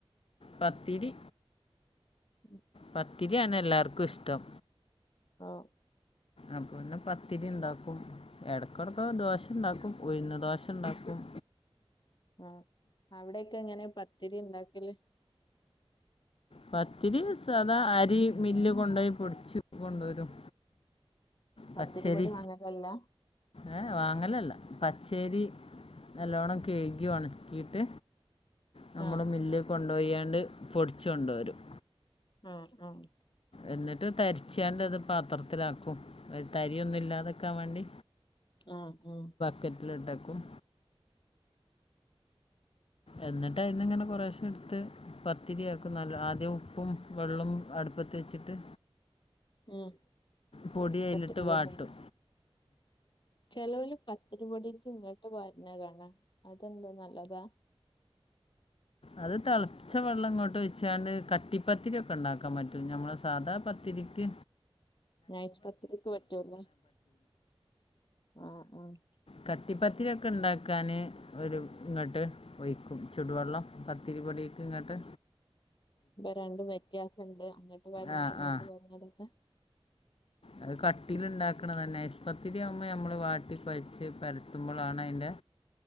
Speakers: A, on the left; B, on the left.
A: പത്തിരി
B: ഉം
A: പത്തിരിയാണ് എല്ലാവർക്കു ഇഷ്ടം
B: ഓഹ്
A: അപ്പ പിന്നെ പത്തിരി ഇണ്ടാക്കും ഇടക്കെടക്ക ദോഷണ്ടാക്കും ഉഴുന്ന് ദോഷണ്ടാക്കും
B: ആ അവിടൊക്കെ എങ്ങനെ പത്തിരി ഇണ്ടാക്കല്
A: പത്തിരി സധാ അരി മില്ല് കൊണ്ടോയി പൊടിച്ചു കൊണ്ടുവരും
B: പത്തിരിപ്പൊടി
A: പച്ചരി
B: വാങ്ങലല്ല
A: ഏഹ് വാങ്ങലല്ല പച്ചരി നല്ലോണം കെഴുകി ഒണക്കീട്ട് നമ്മള്
B: ആഹ്
A: മില്ലി കൊണ്ടുപോയാണ്ട് പൊടിച്ച് കൊണ്ട് വരും.
B: ആഹ് ആഹ്
A: എന്നിട്ട് തരിച്ചാണ്ട്ത് പാത്രത്തിലാക്കും. ഒരു തരി ഒന്നു ഇല്ലാതക്കാൻ വേണ്ടി
B: ആഹ് ഉം
A: കിറ്റിലിട്ടേക്കും എന്നിട്ട് അയിന്നിങ്ങനെ കൊറേശെ എടുത്ത് പത്തിരി ആക്കും. നല്ല ആദ്യ ഉപ്പും വെള്ളോം അടുപ്പത്തി വെച്ചിട്ട്
B: ഉം
A: പൊടി അയിലിട്ട്
B: പത്തിരിപ്പൊടി
A: വാട്ടും.
B: ചെലോല് പത്തിരിപൊടിക്ക് ഇങ്ങട്ട് വര്ന്ന കാണാം. അതെന്താ നല്ലതാ?
A: അത് തെളച്ച വെള്ളം ഇങ്ങോട്ട് ഒഴിച്ചാണ് കട്ടിപ്പത്തിരിയൊക്കെ ഒണ്ടാക്കാൻ പറ്റും. ഞമ്മളെ സാധാ പത്തിരിക്ക്
B: നൈസ് പത്തിരിക്ക് പറ്റൂല്ല. ആഹ് ആഹ്
A: കട്ടിപ്പത്തിരിയൊക്കെ ഉണ്ടാക്കാന് ഒരു ഇങ്ങോട്ട് ഒഴിക്കും ചൂടുവെള്ളം. പ ത്തിരിപ്പൊടിയൊക്കെ ഇങ്ങാട്ട്
B: അപ്പൊ രണ്ടും വ്യത്യാസണ്ട് അങ്ങോട്ട് വരുന്നതും
A: ആ
B: ഇങ്ങോട്ട്
A: ആ
B: വരുന്നതൊക്കെ
A: അത് കട്ടീല്ണ്ടാക്കണതാ നൈസ്പത്തിരി ആവുമ്പ നമ്മള് വാട്ടി കൊഴച്ച് പരത്തുമ്പോഴാണതിന്റെ